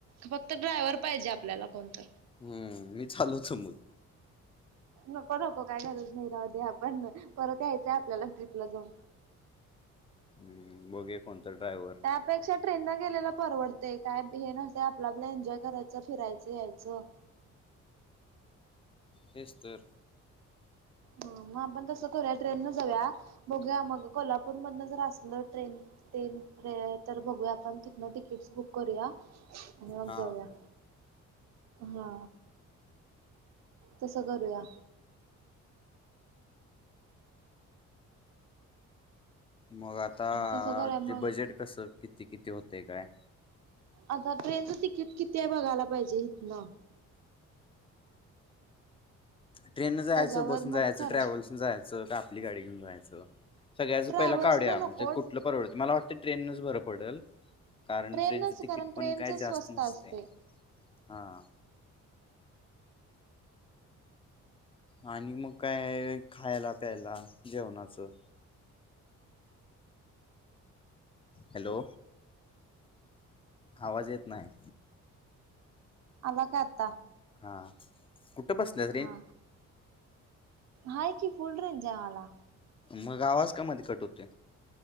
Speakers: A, on the right; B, on the left.
A: फक्त ड्रायव्हर पाहिजे आपल्याला कोणत.
B: हम् मी चालो समोर
A: नको नको काय गरज नाही राहू दे आपण परत यायचंय आपल्याला ट्रीपला जाऊन.
B: हम् बघे कोणता डायव्ह
A: त्यापेक्षा ट्रेन न गेलेला परवडते काय हे नसते आपलं आपला एन्जॉय करायचं फिरायचं यायचं.
B: हेच तर
A: ह मग आपण तसं करूया ट्रेनन जाऊया बघू मग कोल्हापूर मधन जर असलं ट्रेन ते तर बघूया आपण तिथनं तिकीटस बुक करूया. आणि मग
B: हां
A: जाऊया हा तसं करूया.
B: मग आता
A: तसं करूया
B: ते
A: मग
B: बजेट कसं किती किती होतं काय?
A: आता ट्रेनचं तिकीट किती आहे बघायला पाहिजे इथनं.
B: ट्रेनन जायचं
A: त्याच्यावर
B: बस
A: मग
B: जायचं
A: ठरव
B: ट्रॅव्हल्स जायचं का आपली गाडी घेऊन जायचं. सगळ्यां
A: ट्रॅव्हल्स
B: पहिला कावड्या
A: न
B: आमच्या
A: नको
B: कुठलं परवडतं मला वाटतें ट्रेनच भर पडल कारण
A: ट्रेनच
B: ट्रेनचं तिकीट
A: कारण
B: पण
A: ट्रेनच
B: काय जास्त
A: स्वस्त
B: नसते
A: असते
B: हा. आणि मग काय खायला प्यायला जेवणाचं हॅलो आवाज येत नाही.
A: आला काय आता
B: हां कुठे बसलं.
A: हा हा की फुोल रे जयवाला
B: मग आवाज कामध्ये कट होते.